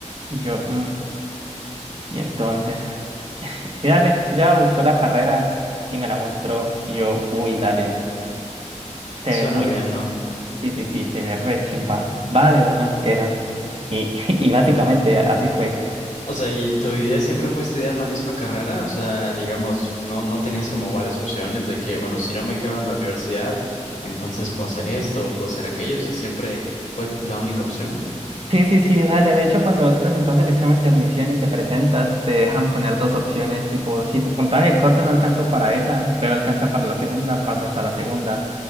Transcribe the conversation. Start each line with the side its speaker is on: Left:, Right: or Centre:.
Right: Y yo, "Mm". Y entonces, <laughs> y dale, ella buscó la carrera y me la mostró. Y yo, uy, dale, se
Left: suena
Right: ve muy,
Left: bien,
Right: chi-
Left: ¿no?
Right: sí, sí, sí, se ve re chimba. Va de una, esa. Y, <laughs> y básicamente así fue.
Left: O sea, ¿y tu idea siempre fue estudiar la misma carrera? O sea, digamos, no, no tenías como varias opciones de que, bueno, si no me quedo en la universidad, entonces puedo hacer esto o puedo hacer aquello. O sea, siempre fue la única opción.
Right: Sí, sí, sí, dale. De hecho, cuando vos presentas el examen de admisión y te presentas, te dejan poner dos opciones, tipo, si tu puntaje corto no alcanzó para esa, pero alcanza para la segunda, pasas a la segunda.